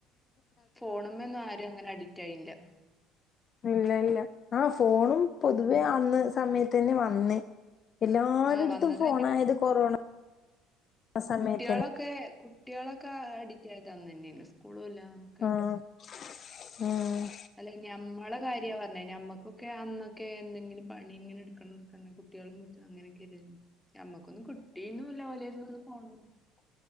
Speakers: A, in the centre; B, on the left.
A: ഫോണ് മ്മെന്നും ആരും അങ്ങനെ അഡിക്റ്റ് ആയീന്നില
B: ഇല്ല ഇല്ല ആ ഫോണും പൊതുവേ
A: ഉം
B: അന്ന് സമയത്തെന്നെ വന്ന് എല്ലാരട്ത്തും
A: ആഹ് വന്നത്
B: ഫോണായത് കൊറോണ സമയത്തന്നെ
A: കുട്ട്യേളൊക്കെ കുട്ട്യേളെ ക്കെ അഡിക്റ്റ് ആയതന്നെന്നേ ന് സ്കൂളൂല്ല ഒക്കായ്ട്ട്
B: ആഹ് ഉം.
A: അല്ലെ ഞമ്മളെ കാര്യാ പറഞ്ഞത് ഞമ്മക്കൊക്കെ അന്നൊക്കെ എന്തെങ്കിലും പണി ഇങ്ങനെ ഇട്ക്കണം ഇട്ക്കണ കു ട്യോളിം <unintelligible> അങ്ങനെക്കെല്ലെന്നു ഞമ്മക്കൊന്നും കിട്ടീന്നുല്ല ഓലേന്ന് അന്ന് ഫോണൊന്നും